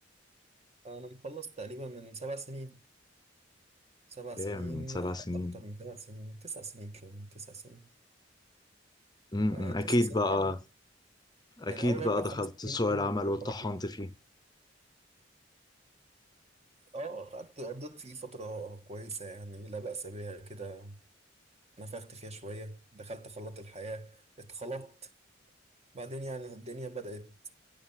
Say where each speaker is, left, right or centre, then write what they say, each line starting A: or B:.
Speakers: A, on the right; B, on the left.
A: أنا مخلص تقريبا من سبع سنين سبع سنين
B: ايه من سبع
A: لا
B: سنين
A: أكتر من سبع سنين تسع سنين كمان تسع سنين
B: امم
A: اه يعني تسع
B: اكيد
A: سنين
B: بقى
A: عمر
B: اكيد
A: يعني أول أربع
B: بقى دخلت
A: خمس سنين
B: سوق
A: دول
B: العمل
A: كانوا
B: واتطحنت
A: صعبين
B: فيه
A: اه قعدت قضيت فيه فترة كويسة يعني لا بأس بيها كده نفخت فيها شوية دخلت خلاط الحياة اتخلطت بعدين يعني الدنيا بدأت